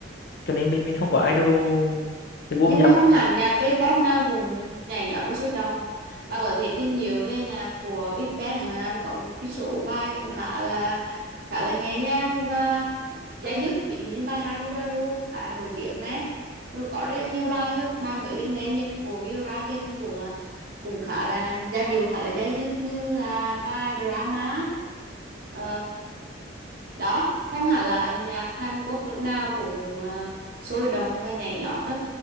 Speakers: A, on the left; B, on the right.
A: cho nên mình mình không có idol cái gu
B: Nhưng
A: âm nhạc
B: mà
A: của
B: không
A: mình.
B: hẳn nhạc K-pop nào cũng nhảy nhót và sôi động. Bạn có thể tìm hiểu về nhạc của Big Bang chẳng hạn có một cái số bài cũng khá là khá là nhẹ nhàng và giải dứt ví dụ như bài Haru Haru khá nổi tiếng nè rồi có rất là nhiều bài bài mới gần đây nhất của Gil Ragan cũng là cũng khá là giai điệu khá là dai dứt như là bài drama Ờ, đó không hẳn là nhạc Hàn Quốc lúc nào cũng ờ, sôi động và nhảy nhót đâu